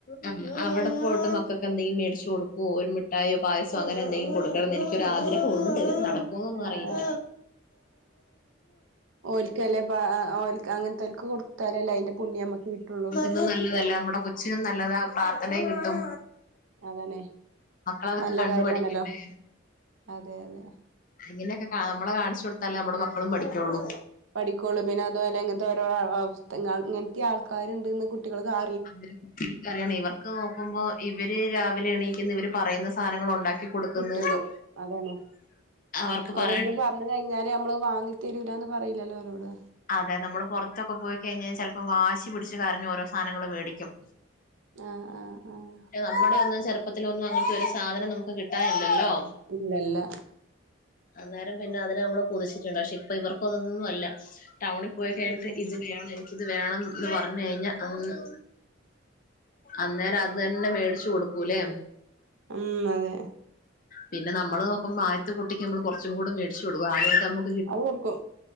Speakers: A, on the left; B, on the right.
A: ആഹ് അവിടെ പോയിട്ട് മക്കക്ക് എന്തെങ്കിലും മേടിച്ചു കൊടുക്കോ ഒരു മിഠായിയോ പായസോ അങ്ങനെ എന്തെങ്കിലും കൊടുക്ക ടുക്കണെന്ന് എനിക്കൊരാഗ്രഹം ഒണ്ട് നട ക്കോന്നൊന്ന്
B: ആഹ്
A: അറയില്ല
B: ആഹ് ഓൽക്കല്ലേ ആഹ് ആഹ് ഓൽക്ക് ‌അങ്ങനെത്തോൽക്ക്‌ കൊടുത്താലല്ലേ അതിന്റെ പുണ്യം നമക്ക് കിട്ടുള്ളൂ
A: ത് നല്ലതല്ലെ നമ്മുടെ കൊച്ചിനും നല്ലതാ പ്രാർത്ഥനയും കിട്ടും
B: അതണെ
A: മക്കള അതൊക്കെ
B: നല്ല
A: കണ്ടു
B: കാര്യാണല്ലോ
A: പഠിക്കണ്ടേ
B: അതെ അതെ
A: അങ്ങനെയൊക്കെ കാ നമ്മള് കാണിച്ചു കൊടുത്താലേ നമ്മടെ മക്കളും പഠിക്കൊള്ളൂ
B: പഠിക്കോള്ളൂ പിന്നെ അതുപോലെ ഇങ്ങൻത്തെ ഓരോ അവസ്ഥ ങ്ങ ഇങ്ങൻത്തിം ആൾക്കാരുണ്ട്ന്ന് കുട്ടികൾ കാ
A: <unintelligible> ഇവർക്ക് നോക്കുമ്പോ ഇവര് രാവിലെ എണീക്കുന്ന് ഇവര് പറയുന്ന സാനങ്ങൾ ഉണ്ടാക്കി കൊടുക്കുന്നു
B: കിട്ടുന്നു അതാണ്
A: അവർക്ക്
B: ഓലെന്ത്‌
A: പറയ
B: പറഞ്ഞ് കഴിഞ്ഞാ ലലും നമ്മളത് വാങ്ങി തരൂലാന്ന് പറീലല്ലോ ഓലോട്
A: അതെ നമ്മള് പുറത്തൊക്കെ പോയിക്കഴിഞ്ഞാൽ ചിലപ്പോം വാശി പിടിച്ച് കരഞ്ഞ് ഓരോ സാനങ്ങള് മേടിക്കും
B: ആഹ് ആഹ് ആഹ്
A: ഏഹ് നമ്മുടെ ഒന്നും ചെറുപ്പത്തിലൊന്നും അങ്ങനത്തെ ഒരു സാധനം നമുക്ക് കിട്ടാനില്ലല്ലോ
B: ഇല്ലല്ല
A: അന്നേരം പിന്നെ അതിനെ നമ്മള് കൊതിച്ചിട്ടുണ്ട് പക്ഷെ ഇപ്പ ഇവർക്കതൊന്നും അല്ല ടൗണി പോയി കഴിഞ്ഞിട്ട്
B: ഉം
A: ഇതു വേണെ ക്കിത് വേണംന്ന് പർഞ്ഞ കഴിഞ്ഞ അന്ന് അന്നേരം അ ത് തന്നെ മേടിച്ച് കൊടുക്കൂല്ലേ
B: ഉം അതെ
A: പിന്നെ നമ്മള് നോക്കുമ്പം ആദ്യത്തെ കുട്ടിക്ക് നമ്മൾ കൊർച്ചും കൂടി മേടിച്ചു കൊടുക്കും ആദ്യായിട്ട് നമു
B: അത് കൊടുക്കും